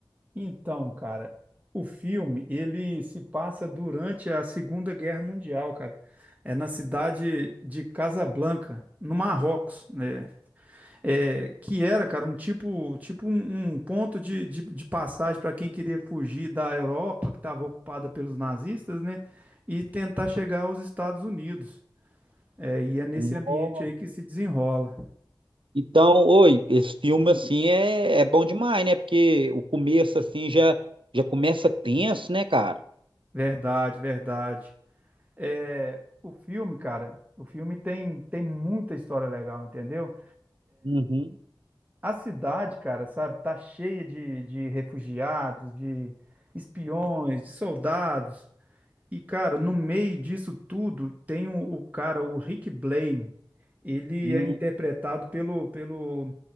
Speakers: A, on the right (about 20°); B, on the right (about 85°).
A: Então, cara, o filme ele se passa durante a Segunda Guerra Mundial, cara. É na cidade de Casablanca, no Marrocos, né? É, que era, cara, um tipo, tipo um, um ponto de, de, de passagem para quem queria fugir da Europa, que estava ocupada pelos nazistas, né? E tentar chegar aos Estados Unidos. É, e é nesse
B: Nossa.
A: ambiente aí que se desenrola.
B: Então, oi, esse filme assim é, é bom demais, né? Porque o começo assim já já começa tenso, né, cara?
A: Verdade, verdade. É, O filme, cara, o filme tem, tem muita história legal, entendeu?
B: Uhum.
A: A cidade, cara, sabe, tá cheia de, de refugiados, de espiões, de soldados. E, cara, no meio disso tudo tem o, o cara, o Rick Blaine. Ele
B: Hum,
A: é interpretado pelo, pelo